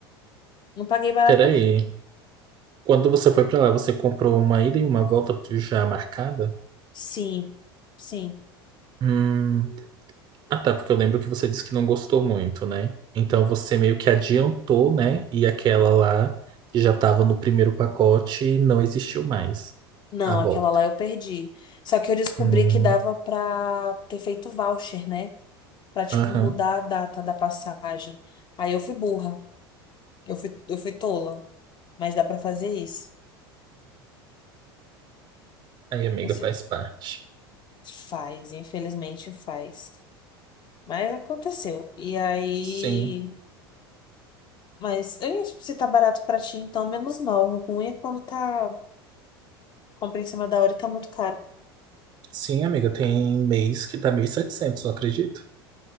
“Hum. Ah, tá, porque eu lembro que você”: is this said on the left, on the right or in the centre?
Right